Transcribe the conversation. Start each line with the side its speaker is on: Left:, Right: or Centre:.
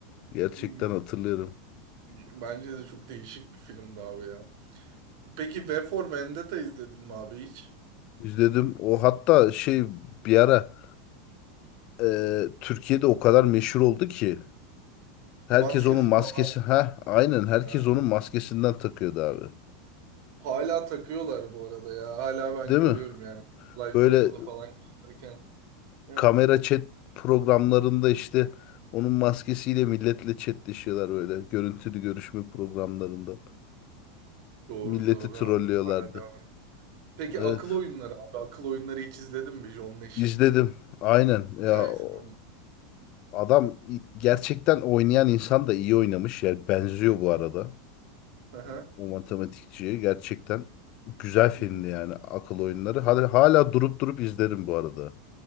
Left: Gerçekten
Right: Hmm.
Left: hatırlıyorum.
Right: bence de çok değişik bir filmdi abi ya. Peki V for Vendetta izledin mi abi hiç?
Left: İzledim. O hatta şey bir ara e, Türkiye'de o kadar meşhur oldu ki Herkes
Right: Maskesi
Left: onun maskesi
Right: falan.
Left: ha aynen herkes
Right: ha.
Left: onun maskesinden takıyordu abi.
Right: Hala takıyorlar bu arada ya. Hala ben
Left: Değil
Right: görüyorum
Left: mi?
Right: yani. Live metroda
Left: Böyle
Right: falan gezerken. Ya.
Left: kamera chat programlarında işte onun maskesiyle milletle chatleşiyorlar böyle. Görüntülü görüşme programlarında.
Right: Doğru
Left: Milleti
Right: doğru
Left: trollüyorlardı.
Right: abi. Hala devam Peki
Left: Evet.
Right: akıl oyunları abi. Akıl oyunları hiç izledin mi? John Nash'in
Left: İzledim. Aynen. Ya
Right: hikayesinden.
Left: o- adam i- gerçekten oynayan insan da iyi oynamış. Yani benziyor bu arada.
Right: Hı hı.
Left: O matematikçiye gerçekten güzel filmdi
Right: Hı hı.
Left: yani akıl oyunları. Hala, hala durup durup izlerim bu arada.